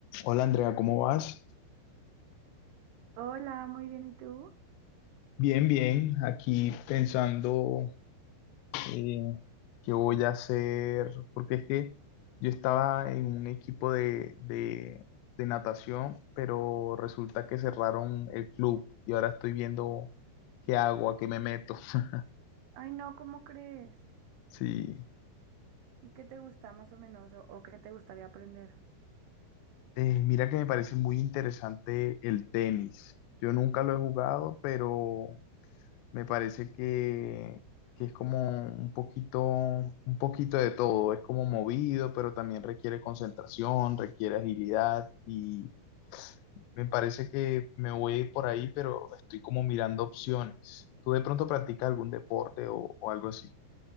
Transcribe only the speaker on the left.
Hola Andrea, ¿cómo vas?
Bien, bien, aquí pensando eh, qué voy a hacer, porque es que yo estaba en un equipo de, de, de natación, pero resulta que cerraron el club y ahora estoy viendo qué hago, a qué me meto. <laughs>
Sí,
Eh, mira que me parece muy interesante el tenis. Yo nunca lo he jugado, pero Me parece que, que es como un poquito, un poquito de todo. Es como movido, pero también requiere concentración, requiere agilidad y me parece que me voy a ir por ahí, pero estoy como mirando opciones. ¿Tú de pronto practicas algún deporte o, o algo así?